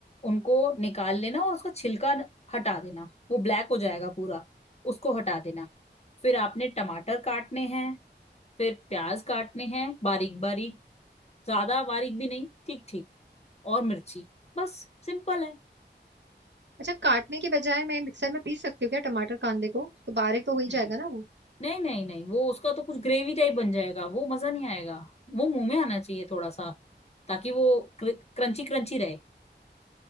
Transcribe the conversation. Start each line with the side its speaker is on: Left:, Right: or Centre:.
Left: उनको निकाल लेना और उसका छिलका न- हटा देना वो ब्लैक हो जाएगा पूरा उसको हटा देना फिर आपने टमाटर काटने हैं फिर प्याज काटने हैं बारीक बारीक ज्यादा बारीक भी नहीं ठीक ठीक और मिर्ची बस सिंपल
Right: अच्छा काटने के बजाय मैं मिक्सर में पीस सकती हूँ क्या टमाटर कांदे को तो बारीक तो हो ही
Left: है
Right: जाएगा ना वो
Left: नहीं नहीं नहीं वो उसका तो कुछ ग्रेवी टाइप बन जाएगा वो मजा नहीं आएगा वो मुंह में आना चाहिए थोड़ा सा ताकि वो क्रंची क्रंची रहे